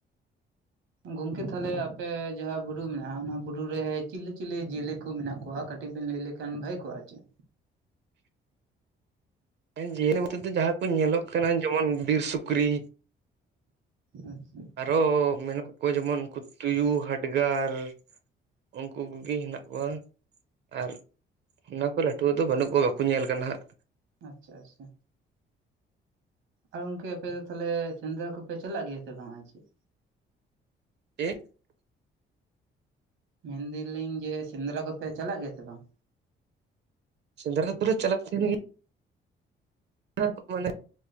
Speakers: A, on the right (about 75°); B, on the right (about 60°).
A: ᱜᱚᱝᱠᱮ ᱛᱟᱦᱚᱞᱮ ᱟᱯᱮ ᱡᱟᱦᱟᱸ ᱵᱩᱨᱩ ᱢᱮᱱᱟᱜᱼᱟ, ᱚᱱᱟ ᱵᱩᱨᱩᱨᱮ ᱪᱤᱞᱤ ᱪᱤᱞᱤ ᱡᱤᱭᱟᱹᱞᱤ ᱠᱚ ᱢᱮᱱᱟᱜ ᱠᱚᱣᱟ? ᱠᱟᱹᱴᱤᱡ ᱠᱟᱹᱴᱤᱡ ᱵᱤᱱ ᱞᱟᱹᱭ ᱞᱮᱠᱷᱟᱱ ᱵᱷᱟᱹᱜᱮ ᱠᱚᱜᱼᱟ ᱪᱮᱫ?
B: ᱡᱤᱭᱟᱹᱞᱤ ᱢᱚᱛᱚ ᱫᱚ ᱡᱟᱦᱟᱸ ᱠᱚ ᱧᱮᱞᱚᱜ ᱠᱟᱱᱟ ᱡᱮᱢᱚᱱ ᱵᱤᱨ ᱥᱩᱠᱨᱤ᱾
A: ᱟᱪᱪᱷᱟ᱾
B: ᱟᱨᱚ ᱢᱮᱱᱟᱜ ᱠᱚᱣᱟ ᱡᱮᱢᱚᱱ ᱩᱱᱠᱩ ᱛᱩᱭᱩ ᱦᱟᱰᱜᱟᱨ ᱩᱱᱠᱩ ᱠᱚᱜᱮ ᱦᱮᱱᱟᱜ ᱠᱚᱣᱟ, ᱟᱨ ᱚᱱᱟ ᱠᱚ ᱞᱟᱹᱴᱩ ᱫᱚ ᱵᱟᱹᱱᱩᱜ ᱠᱚᱣᱟ ᱵᱟᱠᱚ ᱧᱮᱞ ᱠᱟᱱᱟ ᱦᱟᱸᱜ᱾
A: ᱟᱪᱪᱷᱟ ᱟᱪᱪᱷᱟ᱾ ᱟᱨ ᱜᱚᱝᱠᱮ ᱟᱯᱮ ᱫᱚ ᱛᱟᱦᱚᱞᱮ ᱥᱮᱸᱫᱽᱨᱟ ᱠᱚᱯᱮ ᱪᱟᱞᱟᱜ ᱜᱮᱭᱟ ᱥᱮ ᱵᱟᱝᱼᱟ ᱪᱮᱫ?
B: <unintelligible>
A: ᱢᱮᱱᱫᱟᱞᱤᱧ ᱡᱮ, ᱥᱮᱸᱫᱽᱨᱟ ᱠᱚᱯᱮ ᱪᱟᱞᱟᱜ ᱜᱮᱭᱟ ᱥᱮ ᱵᱟᱝ?
B: ᱥᱮᱸᱫᱽᱨᱟ <unintelligible> ᱯᱩᱨᱟ ᱨᱮ ᱪᱟᱞᱟᱜ ᱛᱟᱦᱮᱱ ᱜᱮ᱾ <inaudible> ᱢᱚᱱᱮ